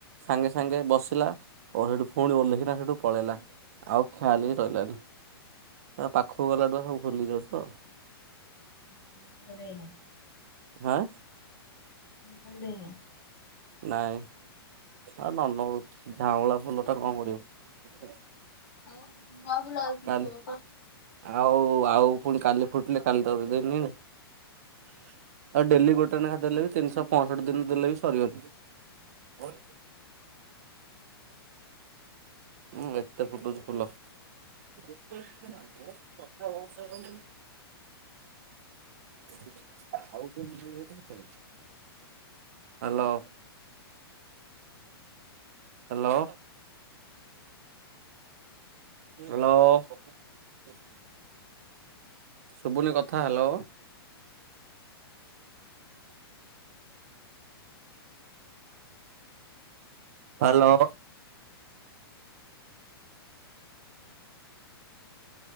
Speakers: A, on the right; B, on the left.
A: ସାଙ୍ଗେ ସାଙ୍ଗେ ବସିଲା ଓ ସେଠୁ ପୁଣି ଓଲ୍ଲେଖିଲା ସେଠୁ ପଳେଇଲା ଆଉ ଖଆଲେକି ରହିଲାନି। ତା ପାଖକୁ ଗଲା ଟୁ ସବୁ ଖୋଲି ଜସ ତ।
B: <unintelligible>
A: ହାଁ।
B: ତ ଦେହ
A: ନାଇଁ ଆଉ ନାନଉ। ଝାଉଁଳ ଫୁଲ ଟା କଣ କରିବ?
B: ହଉ ବାହୁୁଲା ବା।
A: କାଲି
B: <unintelligible>
A: ଆଉ ଆଉ ପୁଣି କାଲି ଫୁଟିଲେ କାଲି ତ ଦେଇନ ଆଉ ଡେଲି ଗୋଟେ ଲେଖେ ଦେଲେ ବି ତିନିଶହ ପଞ୍ଚଷଠି ଦିନ ଦେଲେ ବ ସରିବନି। <unintelligible> ହୁଁ ଏତେ ଫୁଟୁଛି ଫୁଲ। <unintelligible> <unintelligible> ହ୍ୟାଲୋ। ହ୍ୟାଲୋ। ହ୍ୟାଲୋ। ଶୁଭୁନି କଥା ହ୍ୟାଲୋ।
B: <inaudible>
A: ହ୍ୟାଲୋ।